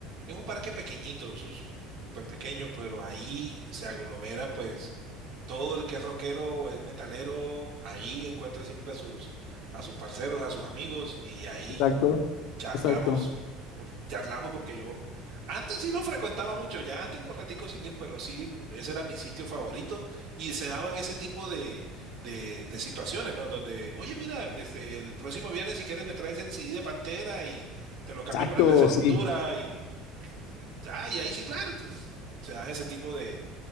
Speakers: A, on the right; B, on the left.
A: Es un parque pequeñito, eso es un- súper pequeño, pero ahí se aglomera pues todo el que es rockero, es metalero, ahí encuentra siempre a sus, a sus parceros, a sus amigos y ahí
B: Exacto.
A: Charlamos,
B: Exacto.
A: por- charlamos porque yo antes sí lo frecuentaba mucho, ya tengo ratico sin ir, pero sí, ese era mi sitio favorito y se daban ese tipo de, de, de situaciones, ¿no? Donde, oye, mira, este, el próximo viernes si quieres me traes el CD de Pantera y te lo cambio
B: Exacto,
A: por el de Sepultura
B: sí.
A: y, y, ah, y ahí sí, claro, entonces se dan ese tipo de,